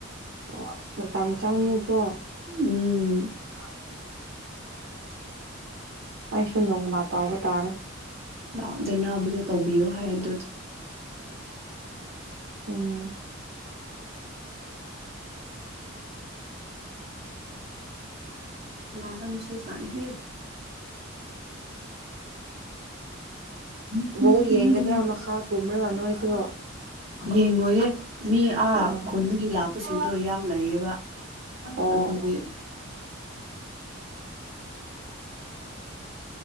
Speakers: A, on the right; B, on the right.
A: ꯑꯣ ꯑꯁ ꯃꯇꯝ ꯆꯪꯉꯦꯀꯣ
B: ꯎꯝ
A: <inaudible> ꯑꯩꯁꯨꯟꯗꯣ ꯃꯥ ꯇ ꯑꯣꯕ ꯇꯥꯔꯦ
B: ꯂꯥꯛꯑꯣ ꯗꯦꯅꯥꯕꯨꯁꯨ ꯇꯧꯕꯤꯌꯣ ꯍꯥꯏꯔꯒ
A: <inaudible> ꯎꯝ
B: ꯂꯔꯥꯝꯁꯦꯁ ꯍꯦ ꯎꯝ ꯎꯝ
A: ꯕ
B: ꯎꯝ
A: ꯌꯦꯡꯒꯗ꯭ꯔꯥ ꯃꯈꯥ ꯀꯨꯝꯅꯒ ꯅꯣꯏꯁꯨ
B: ꯌꯦꯡꯉꯣꯌꯦ ꯃꯤ ꯑꯥ
A: ꯎꯝ
B: ꯈꯨꯟꯗꯒꯤ ꯂꯥꯛꯄꯁꯤꯡꯗꯣ
A: ꯑꯣ
B: ꯌꯥꯝ ꯂꯩꯌꯦꯕ
A: ꯑꯣ
B: ꯑꯗꯨꯒꯤ
A: <inaudible>